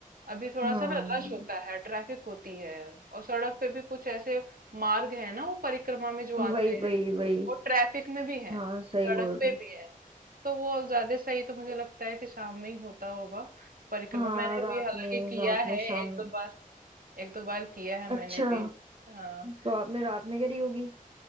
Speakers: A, on the right; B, on the right.
A: अभी थोड़ा
B: हाँ
A: सा ना रश होता है ट्रैफिक होती है और सड़क पे भी कुछ ऐसे मार्ग है ना वो परिक्रमा में जो
B: वही
A: आते हैं
B: वही वही
A: वो ट्रैफिक में भी है
B: हाँ सही
A: सड़क
B: बोल रहे
A: पे
B: हो
A: भी है तो वो ज्यादा सही तो मुझे लगता है कि शाम में ही होता होगा परिक्रमा
B: हाँ
A: मैंने
B: रात
A: भी हालांकि
B: में
A: किया
B: रात में
A: है
B: शाम
A: एक
B: में
A: दो बार एक दो बार किया है मैंने
B: अच्छा
A: भी हाँ
B: तो आपने रात में करी होगी